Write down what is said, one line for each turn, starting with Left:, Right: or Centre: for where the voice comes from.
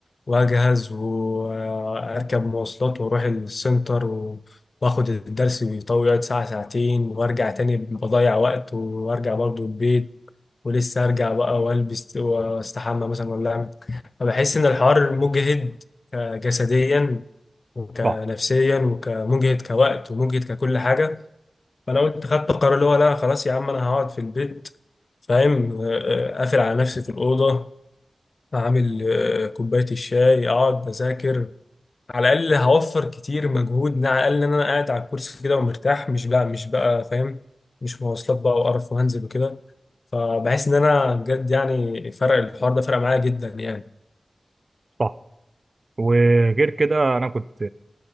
Left: واجهز واركب مواصلات واروح السنتر و- واخد الدرس بيطول يقعد ساعة ساعتين وارجع تاني بضيع وقت وارجع برضو البيت ولسه ارجع بقى والبس واستحمى مثلا ولا اعمل فبحس ان الحوار مجهد آه، جسديا وكنفسيا
Right: صح
Left: وكمجهد كوقت ومجهد ككل حاجة فانا قلت خدت القرار اللي هو لا خلاص يا عم انا هقعد في البيت فاهم آه، آه، قافل على نفسي في الاوضه اعمل آه، كوبايه الشاي اقعد اذاكر على الاقل هوفر كتير مجهود على الاقل ان انا قاعد على الكرسي كده ومرتاح مش بقى مش بقى فاهم مش مواصلات بقى وقرف وهنزل وكده فبحس ان انا بجد يعني فرق الحوار ده فرق معايا جدا يعني
Right: صح وغير كده انا كنت